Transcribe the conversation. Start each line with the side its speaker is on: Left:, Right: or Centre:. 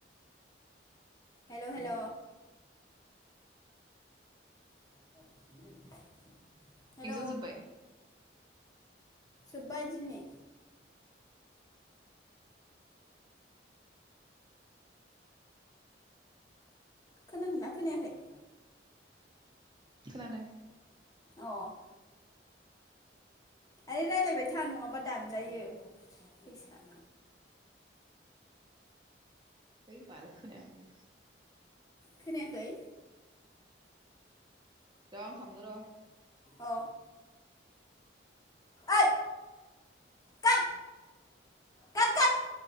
Left: हेल' हेल' <inaudible> हेल'
Right: एगजाम जोबबाय
Left: जोबबाय दिनै खोनादोंना खोनायाखै
Right: खोनादों
Left: औ आरे रायलायबाय था नङाबा दानजायो फैसा
Right: ओइ बाल खोनायाखैलै
Left: खोनायाखै
Right: र' आं खालामनो
Left: अ ओइ कात कात कात